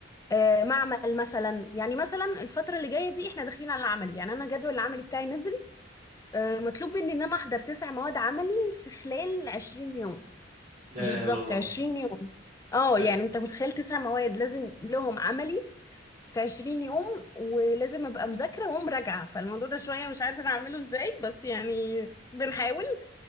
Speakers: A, on the left; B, on the right.
A: آه، معمل مثلا يعني مثلا الفتره اللي جايه دي احنا داخلين على العملي يعني انا جدول العملي بتاعي نزل آه، مطلوب مني ان انا احضر تسع مواد عملي في خلال 20 يوم
B: لا
A: بالظبط
B: اله الا الله
A: 20 يوم اه
B: لا
A: يعني انت متخيل تسع مواد لازم لهم عملي في 20 يوم ولازم ابقى مذاكره ومراجعه فالموضوع ده شويه مش عارفه انا اعمله ازاي بس يعني بنحاول